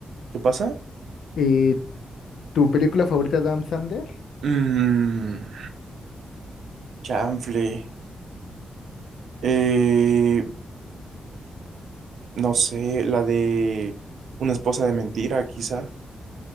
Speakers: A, on the right; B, on the left.
A: ¿Qué pasa?
B: eh, tu película favorita de Adam Sandler
A: Mmm, chanfle. Eh, no sé, la de una esposa de mentira, quizá.